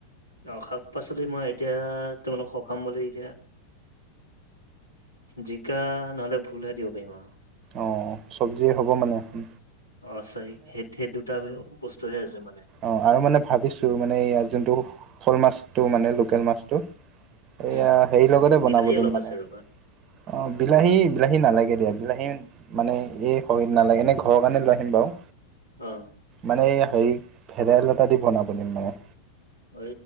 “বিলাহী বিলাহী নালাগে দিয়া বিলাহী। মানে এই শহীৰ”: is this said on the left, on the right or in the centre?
Right